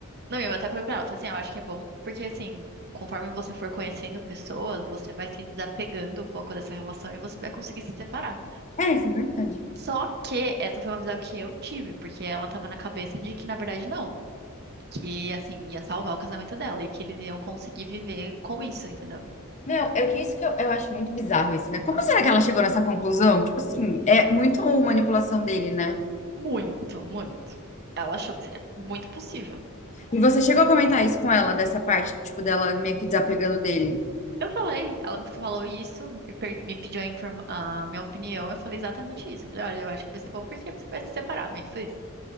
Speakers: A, on the right; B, on the left.
A: Não, e eu até falei pra ela, falei assim, "Ah, eu acho que é bom, porque assim, conforme você for conhecendo pessoas, você vai se desapegando um pouco dessa relação e você vai conseguir se separar.
B: É, isso é verdade.
A: Só que essa foi uma visão que eu tive, porque ela tava na cabeça de que, na verdade, não. Que, assim, ia salvar o casamento dela e que eles iam conseguir viver com isso, entendeu?
B: Meu, é que isso que eu, eu acho muito bizarro isso, né? Como será que ela chegou nessa conclusão? Tipo assim, é muito manipulação dele, né?
A: Muito, muito. Ela achou que seria muito possível.
B: E você chegou a comentar isso com ela, dessa parte, tipo, dela meio que desapegando dele.
A: Eu falei, ela me falou isso, me, per- me pediu a, informa- a minha opinião, eu falei exatamente isso. Eu falei, olha, eu acho que vai ser bom porque você vai se separar, meio que foi isso.